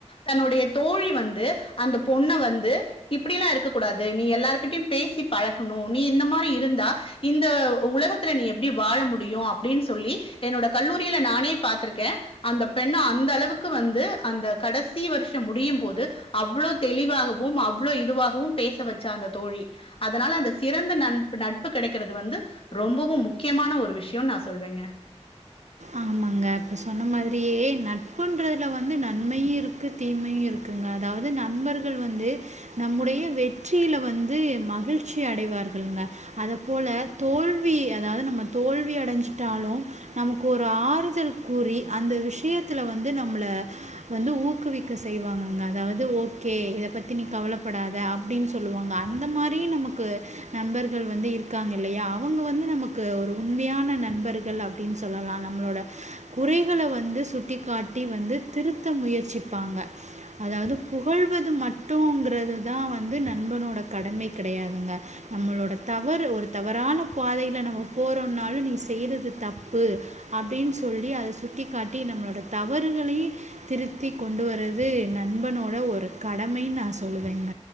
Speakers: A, on the left; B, on the right.
A: தன்னுடைய தோழி வந்து அந்த பொண்ண வந்து இப்படியிலா இருக்க கூடாது நீ எல்லாருகிட்டயும் பேசி பழகணும் நீ இந்த மாரி இருந்தா இந்த உலகத்துல நீ எப்படி வாழ முடியு அப்படின்னு சொல்லி என்னோட கல்லூரியில நானே பார்த்திருக்கே அந்த பெண்ண அந்த அளவுக்கு வந்து அந்த கடைசி வருஷ முடியு போது அவ்ளோ தெளிவாகவு அவ்ளோ இதுவாகவு பேச வச்சா அந்த தோழி அதனால அந்த சிறந்த நட்பு நட்பு கிடைக்கிறது வந்து ரொம்பவும் முக்கியமான ஒரு விஷயம்னு நான் சொல்வேங்க
B: ஆமாங்க இப்ப சொன்ன மாதிரியே நட்புன்றதுல வந்து நன்மையு இருக்கு தீமையு இருக்குங்க அதாவது நண்பர்கள் வந்து நம்முடைய வெற்றியில வந்து மகிழ்ச்சி அடைவார்கள்ங்க அத போல தோல்வி அதாவது நம்ம தோல்வி அடைஞ்சிட்டாலு நமக்கு ஒரு ஆறுதல் கூறி அந்த விஷயத்துல வந்து நம்மள வந்து ஊக்குவிக்க செய்வாங்கங்க அதாவது ஓகே இத பத்தி நீ கவலப்படாத அப்டின் சொல்லுவாங்க அந்த மாரி நமக்கு நண்பர்கள் வந்து இருக்காங்க இல்லையா அவுங்க வந்து நமக்கு ஒரு உண்மையான நண்பர்கள் அப்டின்னு சொ சொல்லலா நம்மளோட குறைகள வந்து சுட்டிக்காட்டி வந்து திருத்த முயற்சிப்பாங்க அதாவது புகழ்வது மட்டும்ங்கிறது தா வந்து நண்பனோட கடமை கிடையாதுங்க நம்மளோட தவறு ஒரு தவறான பாதையில நம்ம போறோனாலு நீ செய்யறது தப் ப்பு அப்டின்னு சொல்லி அத சுட்டிக்காட்டி நம்மளோட தவறுகளையு திருத்தி கொண்டு வரது நண்பனோட ஒரு கடமைன்னு நா சொல்லுவேங்க.